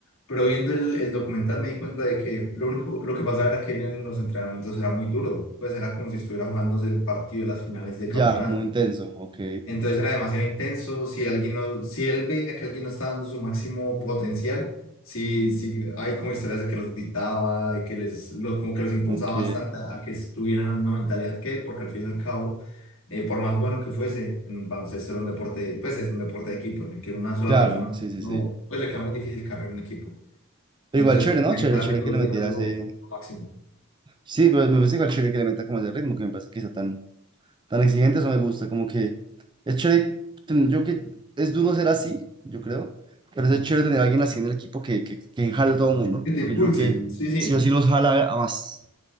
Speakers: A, on the left; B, on the right.
A: pero viendo el, el documental me di cuenta de que lo único, lo que pasaba era que él en los entrenamientos era muy duro, pues era como si estuviera jugándose el partido de las finales de
B: Ya,
A: campeonato.
B: muy intenso, ok,
A: Entonces era demasiado intenso. Si alguien no, si él veía que alguien no estaba dando su máximo potencial, sí, sí, hay como historias de que los gritaba, de que les, lo- como que los impulsaba
B: ok,
A: bastante a que estuvieran en la misma mentalidad que él, porque al fin y al cabo, eh, por más bueno que fuese, en baloncesto era un deporte, pues es un deporte de equipo, en el que una sola
B: claro,
A: persona
B: sí, sí,
A: no,
B: sí.
A: pues le queda muy difícil cargar un equipo.
B: Pero
A: Entonces,
B: igual chévere,
A: como
B: ¿no?
A: que necesitaba
B: Chévere, chévere
A: que todos
B: que le metieras
A: dieran lo,
B: eh,
A: lo máximo.
B: Sí, pero me parece igual chévere que le meta como ese ritmo, que me parece que sea tan, tan exigente, eso me gusta, como que es chévere, ten- yo que es duro ser así, yo creo, pero es chévere tener a alguien así en el equipo que, que, que jale a todo el mundo,
A: Que te
B: porque
A: impulse,
B: yo creo que
A: sí, sí.
B: sí o sí los jala a más.